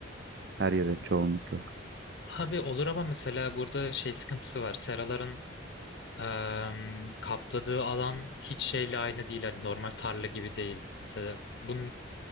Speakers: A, on the right (about 55°); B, on the left (about 60°).
A: Her yere çoğunlukla.
B: Abi olur ama mesela burada şey sıkıntısı var. Seraların em, kapladığı alan hiç şeyle aynı değil. Hani normal tarla gibi değil. Mesela bunun